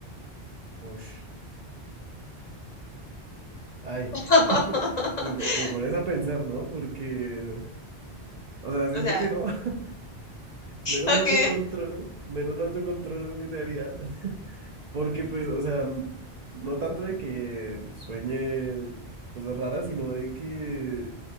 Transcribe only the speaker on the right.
Ush. Ay,
<laughs> me, po- me pones a pensar, ¿no? Porque, o sea, siento
que no, <laughs> menos
mal yo controlo, menos mal yo controlo mi realidad. Porque pues, o sea, no tanto de que sueñe cosas raras, sino de que